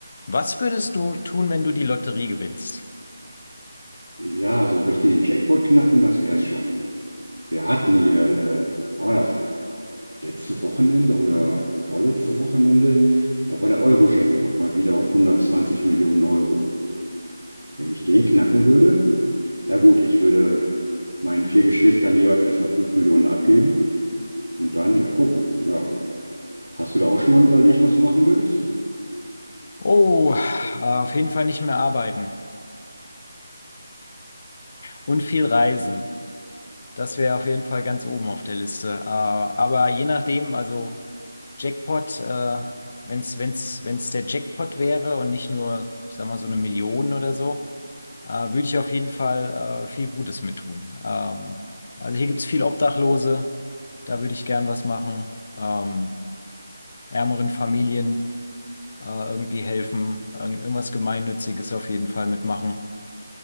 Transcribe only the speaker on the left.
Was würdest du tun, wenn du die Lotterie gewinnst?
Oh, auf jeden Fall nicht mehr arbeiten und viel reisen. Das wäre auf jeden Fall ganz oben auf der Liste. Äh, Aber je nachdem, also Jackpot, äh, wenn's, wenn's, wenn's der Jackpot wäre und nicht nur, ich sag mal, so eine Million oder so, äh, würde ich auf jeden Fall äh, viel Gutes mit tun. Ähm, also hier gibt's viel Obdachlose, da würde ich gern was machen. Ähm, ärmeren Familien. äh, irgendwie helfen, irgend- irgendwas Gemeinnütziges auf jeden Fall mitmachen.